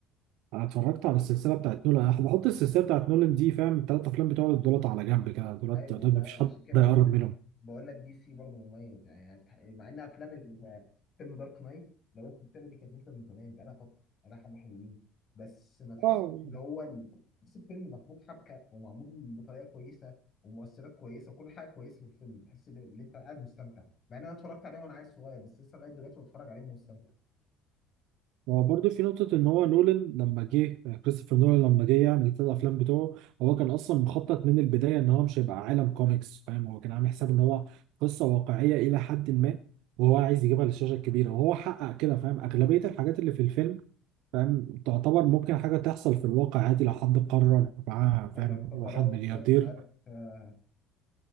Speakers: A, on the right (about 75°); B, on the left (about 45°).
A: انا اتفرجت على السلسله بتاعت نولان انا بحط السلسله بتاعت نولان دي فاهم الثلاث افلام بتوع دولت على جنب كده دولت
B: ايوه ما
A: دول
B: ده
A: مفيش حد
B: عشان كده
A: هيقرب
B: بقول لك بقول لك دي سي برضه مميز يعني هت- مع ان افلام ال- فيلم دارك نايت لو السلسله دي كانت نازله من زمان بقالها فتره بقالها حبه حلوين بس ما تحسش
A: منهم
B: اللي هو ال- تحس الفيلم محبوك حبكه ومعمول بطريقه كويسه ومؤثرات كويسه وكل حاجه كويسه في الفيلم تحس ان إن انت قاعد مستمتع مع ان انا اتفرجت عليه وانا عيل صغير بس لسه لغايه دلوقتي بتفرج عليه ومستمتع
A: هو برضه في نقطة إن هو نولان لما جه كريستوفر نولان لما جه يعمل التلات أفلام بتوعه هو كان أصلا مخطط من البداية إن هو مش هيبقى عالم كوميكس فاهم هو كان عامل حساب إن هو قصة واقعية إلى حد ما وهو عايز يجيبها للشاشة الكبيرة وهو حقق كده فاهم أغلبية الحاجات اللي في الفيلم فاهم تعتبر ممكن حاجة تحصل في الواقع عادي لو حد قرر معاه فاهم
B: ايوه انفجارات
A: هو حد ملياردير
B: مش عارف آه،